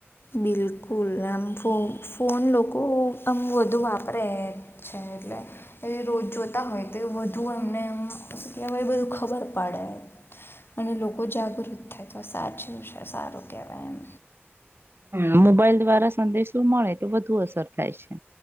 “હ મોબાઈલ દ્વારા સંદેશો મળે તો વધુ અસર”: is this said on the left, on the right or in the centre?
Right